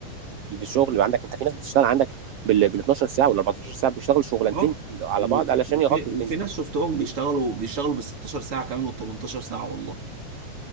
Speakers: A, on the right; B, on the right.
A: الشغل اللي عندك انت في ناس بتشتغل عندك بال بال 12 ساعه وال 14 ساعه بيشتغلوا شغلانتين
B: اه
A: على
B: و-
A: بعض علشان
B: وفي
A: يغطوا الدنيا
B: وفي ناس شفتهم بيشتغلوا بيشتغلوا بال 16 ساعه كمان وال 18 ساعه والله